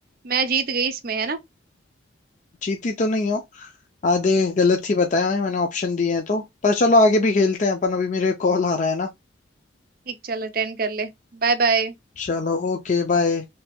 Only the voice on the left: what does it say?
जीती तो नहीं हो आधे गलत ही बताए हैं मैंने ऑप्शन दिए हैं तो पर चलो आगे भी खेलते हैं अपन अभी मेरे कॉल आ रहा है ना
चलो ओके बाय